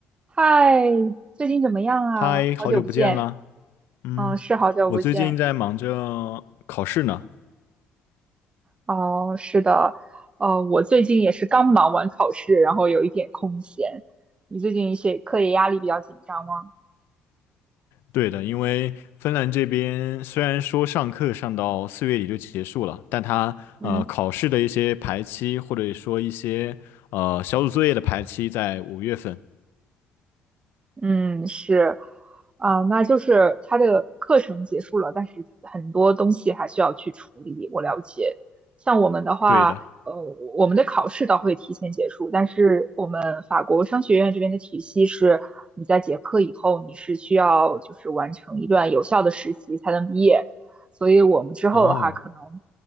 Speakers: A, on the right; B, on the left.
A: 嗨，最近怎么样啊？
B: 嗨，
A: 好久不见，
B: 好久不见啦。嗯，
A: 嗯，是好久不见。
B: 我最近在忙着考试呢。
A: 哦，是的，呃，我最近也是刚忙完考试，然后有一点空闲。你最近学课业压力比较紧张吗？
B: 对的，因为芬兰这边虽然说上课上到四月底就结束了，但它呃考试的一些排期或者说一些呃小组作业的排期在五月份。
A: 嗯。嗯，是，啊、那就是他的课程结束了，但是很多东西还需要去处理。我了解，像我们的话，
B: 对的。
A: 呃，我们的考试倒会提前结束，但是我们法国商学院这边的体系是，你在结课以后，你是需要就是完成一段有效的实习才能毕业，所以我们之后的话，
B: 哦，
A: 可能